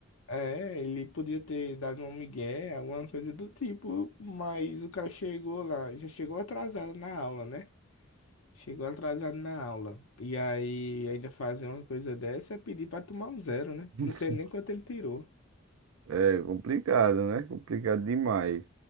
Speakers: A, on the left (about 85°); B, on the right (about 90°).
A: É, ele podia ter dado um migué, alguma coisa do tipo, mas o cara chegou lá, já chegou atrasado na aula, né? Chegou atrasado na aula. E aí ainda fazer uma coisa dessa é pedir pra tomar um zero, né?
B: <laughs>
A: Não sei nem quanto ele tirou.
B: É complicado, né? Complicado demais.